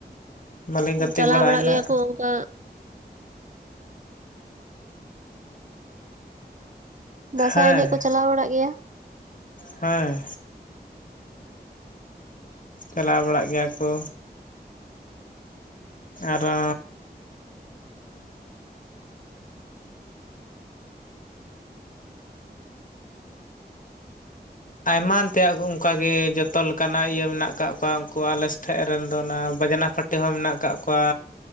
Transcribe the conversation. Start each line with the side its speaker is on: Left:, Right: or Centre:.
Left: ᱵᱟᱹᱞᱤᱧ ᱜᱟᱛᱮ
Right: ᱪᱟᱞᱟᱣ
Left: ᱵᱟᱲᱟᱜᱼᱟ
Right: ᱵᱟᱲᱟᱜ
Left: ᱤᱱᱟᱹᱜ
Right: ᱜᱮᱭᱟ ᱠᱚ ᱚᱱᱠᱟ ᱫᱟᱸᱥᱟᱭ
Left: ᱦᱮᱸ
Right: ᱮᱱᱮᱡ ᱠᱚ ᱪᱟᱞᱟᱣ ᱵᱟᱲᱟᱜ ᱜᱮᱭᱟ
Left: ᱦᱮᱸ ᱪᱟᱞᱟᱣ ᱵᱟᱲᱟᱜ ᱜᱮᱭᱟ ᱠᱚ ᱟᱨᱚ ᱟᱭᱟᱱ ᱛᱮᱭᱟᱜ ᱚᱱᱠᱟᱜ ᱜᱮ ᱡᱚᱛᱚ ᱞᱮᱠᱟᱱᱟᱜ ᱤᱭᱟᱹ ᱢᱮᱱᱟᱜ ᱟᱠᱟᱫ ᱠᱚᱣᱟ ᱩᱱᱠᱩ ᱟᱞᱮ ᱥᱮᱫ ᱨᱮᱱ ᱫᱚ ᱚᱱᱟ ᱵᱟᱡᱽᱱᱟ ᱯᱷᱟᱴᱤ ᱛᱮᱦᱚᱸ ᱢᱮᱱᱟᱜ ᱟᱠᱟᱜ ᱠᱚᱣᱟ